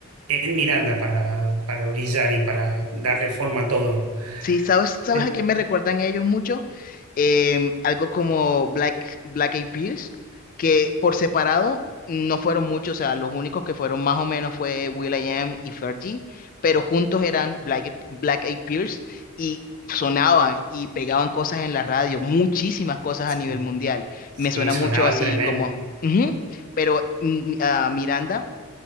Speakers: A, on the right; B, on the left.
A: en Miranda para, para brillar y para darle forma a todo.
B: Sí, ¿sabes, sabes
A: De-
B: a quién me recuerdan ellos mucho? Em, algo como Black, Black Eyed Peas, que por separado no fueron muchos, o sea, los únicos que fueron más o menos fue will.i.am y Fergie, pero juntos eran Black, Eyed- Black Eyed Peas y sonaban y pegaban cosas en la radio, muchísimas cosas
A: Sí,
B: a nivel mundial.
A: sí,
B: Me suena
A: sonaban
B: mucho así
A: tremendo.
B: como, ujú, pero mm, a Miranda